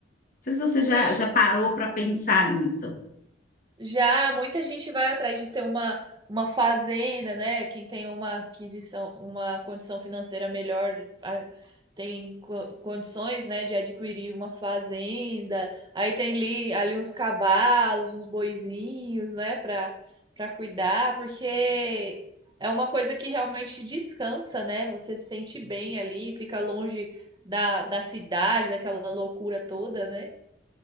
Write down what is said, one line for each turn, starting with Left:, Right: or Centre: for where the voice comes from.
Left: sei se você
Right: Sim.
Left: já, já parou para pensar nisso.
Right: Já muita gente vai atrás de ter uma, uma fazenda, né? Quem tem uma aquisição, uma condição financeira melhor, a- tem co- condições, né, de adquirir uma fazenda. Aí tem ali, ali uns cavalos, uns boizinhos, né, para para cuidar, porque é uma coisa que realmente descansa, né? Você se sente bem ali, fica longe da, da cidade, daquela loucura toda, né?